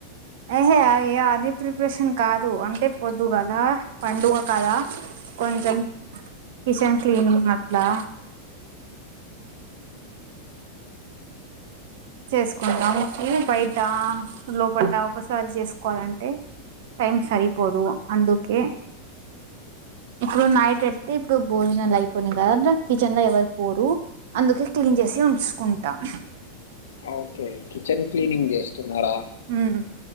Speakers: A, on the right; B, on the left.
A: ఆహా అ అది ప్రిపరేషన్ కాదు అంటే పొద్దు కలా పండుగ కదా కొంచెం
B: అ
A: కిషన్ క్లీనింగ్ అట్లా
B: అ అ
A: చేసుకుందాం బయట లోపల ఒకసారి చేసుకోవాలంటే టైం సరిపోదు అందుకే ఇప్పుడు నైట్ పెడితే ఇప్పుడు భోజనాలు అయిపోయినాయి కదా కిచెన్ లో ఎవరు పోరు అందుకే క్లే చేసి ఉంచుకుంటాం
B: ఓకే కిచెన్ క్లీనింగ్ చేస్తున్నారా
A: ఉమ్